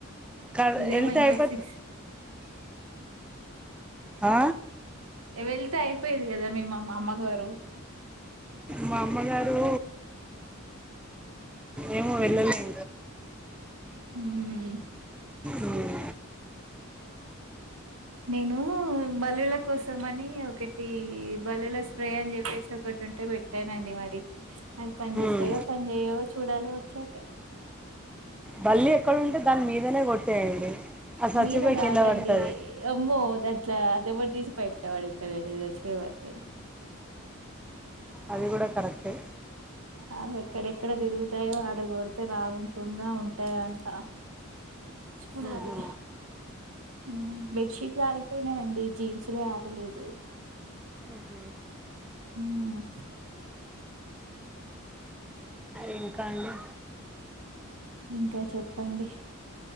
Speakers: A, in the centre; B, on the right (about 85°).
A: క
B: ఇదేమో
A: వెళ్తాయిపోత
B: ఇంకా సిక్స్
A: ఆ
B: వెళ్తే అయిపోయది కదా మీ అమ్మగారు
A: మా అమ్మగారు ఏమో వెళ్ళలేదు
B: ఊ హు
A: ఉమ్.
B: నేను బలుళ కోసం అని ఒకే తి బలుల స్ప్రే అని చెప్పేసి ఒకటి ఉంటే పెట్టానండి మరి అవి పని చేస్తాయో
A: ఉమ్.
B: పని చేయవో చూడాలి వచ్చాక
A: బల్లి ఎక్కడుంటే దాని మీదనే కొట్టేయండి ఆది స్వచ్చిపోయి
B: మీద కాదండి
A: కింద పడుతది
B: అమ్మో దట్లా దవేడు తీసి బయట వాడేతాడు నేను చాచి మరితే
A: అది కూడా కరెక్ట్ ఏ
B: అవి ఎక్కడెక్కడ తిరుగుతాయో ఆడగొడితే రాకుండా ఉంటాయ్ అంట చూడాలి
A: ఉహు.
B: ఉమ్ బెడ్షీట్లు ఆరిపోయినాయండి, జీన్సులు ఆరలేదు.
A: ఉ
B: ఉమ్
A: ఇంకా అండి?
B: ఇంకా చెప్పండి.